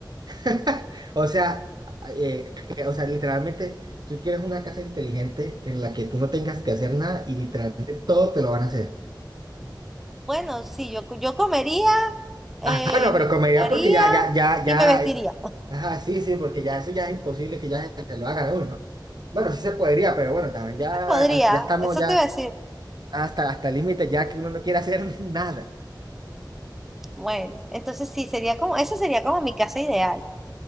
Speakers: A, on the right; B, in the centre.
A: <laughs> O sea, eh, que- o sea, literalmente, tú quieres una casa inteligente en la que tú no tengas que hacer nada y literalmente todo te lo van a hacer.
B: Bueno, sí, yo, yo comería, eh,
A: Ah, bueno,
B: me
A: pero con medida
B: bañaría
A: porque ya, ya, ya,
B: y
A: ya.
B: me vestiría.
A: eh, Ajá, sí, sí, porque ya eso ya es imposible que ya te lo hagan a uno, ¿no? Bueno, sí se podría, pero bueno, también ya,
B: Sí se podría,
A: hasta- ya estamos
B: eso
A: ya
B: te iba a decir.
A: hasta, hasta el límite, ya que uno no quiere hacer <laughs> nada.
B: Bueno, entonces sí, sería como, eso sería como mi casa ideal.